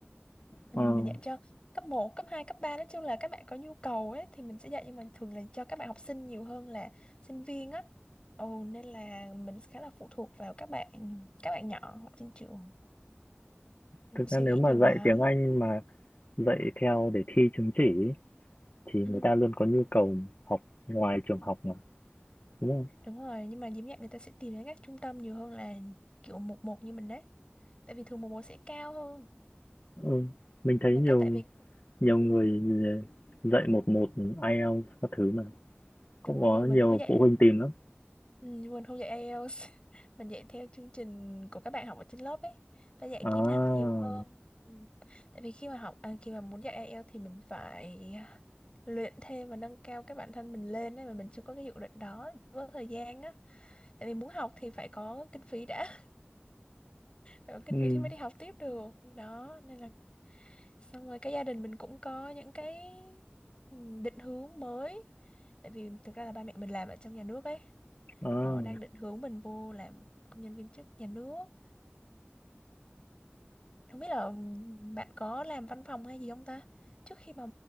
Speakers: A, on the left (about 25°); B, on the left (about 45°).
A: Ừ,
B: Ờ,
A: mình dạy cho cấp một cấp hai cấp ba nói chung là các bạn có nhu cầu ấy thì mình sẽ dạy nhưng mà thường là cho các bạn học sinh nhiều hơn là sinh viên á ồ nên là mình khá là phụ thuộc vào các bạn các bạn nhỏ ở trên trường Mình
B: thực
A: Cũng suy
B: ra nếu
A: nghĩ
B: mà
A: nhiều
B: dạy
A: lắm.
B: tiếng Anh mà dạy theo để thi chứng chỉ ý, thì
A: Ừ,
B: người ta luôn có nhu cầu học ngoài trường học mà, đúng không?
A: đúng rồi, nhưng mà diễm nhạc người ta sẽ tìm đến các trung tâm nhiều hơn là kiểu một một như mình đấy. Tại vì thường một một sẽ cao hơn.
B: Ừ, mình thấy
A: Và
B: nhiều
A: các tại vì
B: nhiều người
A: ừ,
B: dạy một một IELTS các thứ mà, cũng
A: đúng rồi
B: có
A: nhưng mà
B: nhiều
A: mình không có dạy
B: phụ huynh tìm lắm.
A: ừ, nhưng mình không dạy IELTS. <laughs> Mình dạy theo chương trình của các bạn học ở trên lớp ấy. Ta dạy
B: À,
A: kỹ năng nhiều hơn. Ừ. Tại vì khi mà học à, khi mà muốn dạy IELTS thì mình phải luyện thêm và nâng cao cái bản thân mình lên ấy mà mình chưa có cái dự định đó, chưa có thời gian á. Tại vì muốn học thì phải có kinh phí đã. phải có kinh
B: ừm,
A: phí thì mới đi học tiếp được đó nên là xong rồi cái gia đình mình cũng có những cái ừ, định hướng mới tại vì thực ra là ba mẹ mình làm ở trong nhà nước ấy
B: à,
A: đó đang định hướng mình vô làm công nhân viên chức nhà nước không biết là ừ, bạn có làm văn phòng hay gì không ta trước khi mà